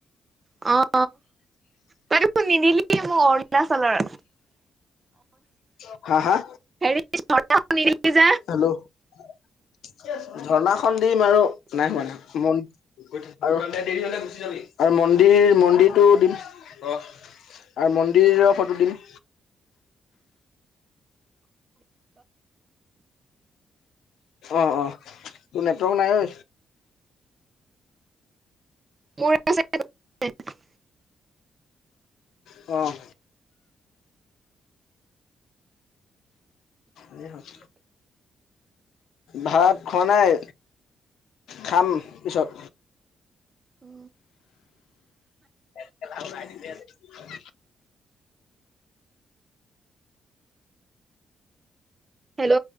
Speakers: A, on the right; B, on the left.
A: অ' তই দেখোন নিদিলি মোক অৰুণাচলৰ।
B: <unintelligible> হা হা
A: <unintelligible>
B: হেল্ল' ঝৰ্ণাখন দিম আৰু নাই হোৱা নাই হোৱা ম আৰু দেৰি হ'লে গুচি যাবি। আৰু মন্দিৰ মন্দিৰটো দিম অ আৰু মন্দিৰৰ ফটো দিম। অ অ তোৰ নেটৱৰ্ক নাই ঐ
A: মোৰ আছে তোৰ নাই
B: অ' যি হয়। ভাত খোৱা নাই খাম পিছত।
A: অ
B: <unintelligible>
A: হেল্ল'